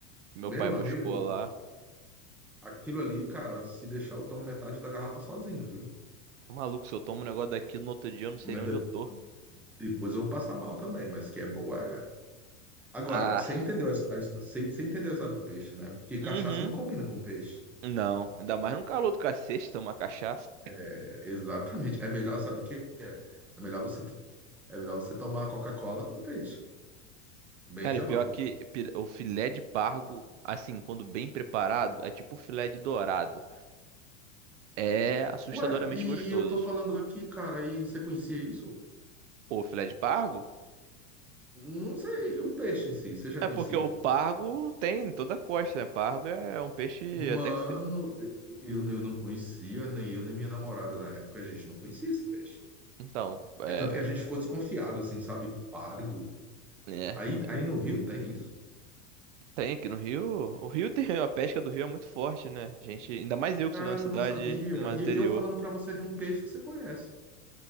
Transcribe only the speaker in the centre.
Meu
amigo,
aquilo ali, cara, se deixar eu tomo metade da garrafa sozinho, viu?
Mas
de-
depois eu vou passar mal também, mas que é boa é. Agora,
você entendeu a, a, você, você entendeu a história do peixe, né? Porque cachaça
não combina com peixe.
É, exatamente. É melhor, sabe o que é? É melhor você, é melhor você tomar a Coca-Cola com peixe, bem
gelada.
Ué, e,
e eu tô falando aqui, cara, e você conhecia isso?
Não sei, o peixe em si, você já
conhecia?
Mano,
eu, eu não conhecia, nem eu, nem minha namorada na época, a gente não conhecia esse peixe.
É tanto que a gente ficou desconfiado, assim, sabe? Pargo.
Aí, aí no Rio tem isso?
Cara,
eu não sabia.
E
eu falando pra você de um peixe que você conhece.